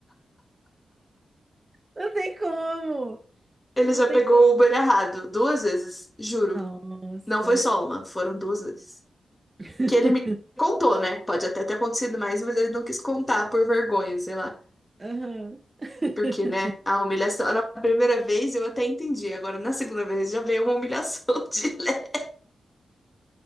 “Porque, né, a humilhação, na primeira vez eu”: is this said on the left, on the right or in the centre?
Left